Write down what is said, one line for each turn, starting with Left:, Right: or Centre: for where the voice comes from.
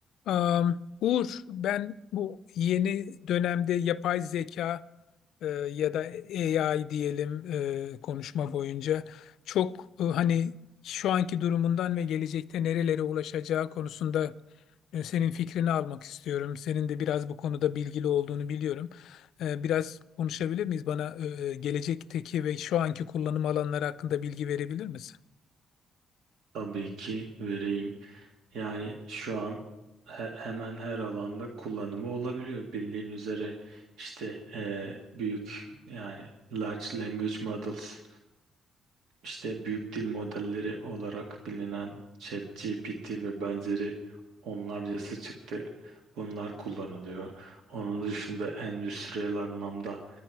Left: Am, Uğur, ben bu yeni dönemde yapay zeka e, ya da AI diyelim e, konuşma boyunca çok e, hani şu anki durumundan ve gelecekte nerelere ulaşacağı konusunda e, senin fikrini almak istiyorum. Senin de biraz bu konuda bilgili olduğunu biliyorum. E, biraz konuşabilir miyiz? Bana e, e, gelecekteki ve şu anki kullanım alanları hakkında bilgi verebilir misin?
Right: Tabii ki vereyim. Yani şu an he- hemen her alanda kullanımı olabiliyor. Bildiğin üzere işte e, büyük yani large language models işte büyük dil modelleri olarak bilinen ChatGPT ve benzeri onlarcası çıktı. Bunlar kullanılıyor. Onun dışında endüstriyel anlamda